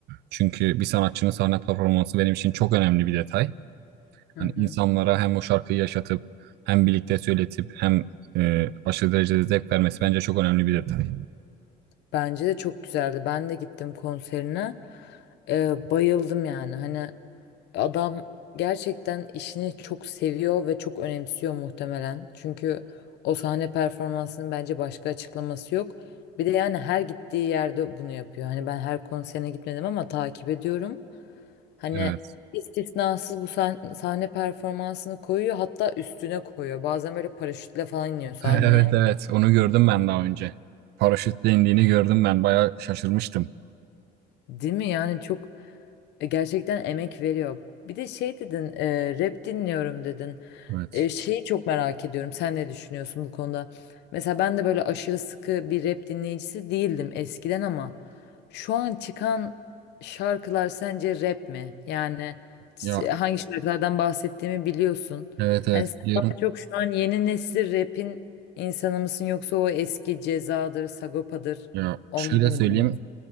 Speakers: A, on the right; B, on the left.
A: Çünkü bir sanatçının sahne performansı benim için çok önemli bir detay.
B: Hı
A: Hani
B: hı.
A: insanlara hem o şarkıyı yaşatıp hem birlikte söyletip hem e, aşırı derecede zevk vermesi bence çok önemli bir detay.
B: Bence de çok güzeldi. Ben de gittim konserine. Ee, bayıldım yani. Hani adam gerçekten işini çok seviyor ve çok önemsiyor muhtemelen. Çünkü o sahne performansının bence başka açıklaması yok. Bir de yani her gittiği yerde bunu yapıyor. Hani ben her konserine gitmedim ama takip ediyorum. Hani
A: Evet.
B: istisnasız bu sahne, sahne performansını koyuyor hatta üstüne koyuyor. Bazen böyle paraşütle falan iniyor sahneye.
A: <laughs> Evet evet onu gördüm ben daha önce. Paraşütle indiğini gördüm ben bayağı şaşırmıştım.
B: Değil mi? Yani çok E, Gerçekten emek veriyor. Bir de şey dedin, e, rap dinliyorum dedin.
A: Evet.
B: E, şeyi çok merak ediyorum. Sen ne düşünüyorsun bu konuda? Mesela ben de böyle aşırı sıkı bir rap dinleyicisi değildim eskiden ama şu an çıkan şarkılar sence rap mi? Yani ç-
A: Ya
B: hangi şarkılardan bahsettiğimi biliyorsun.
A: evet evet
B: Hani sen
A: biliyorum.
B: daha çok şu an yeni nesil rap'in insanı mısın yoksa o eski Ceza'dır, Sagopa'dır
A: Ya
B: onları
A: şöyle
B: mı
A: söyleyeyim
B: dinliyorsun?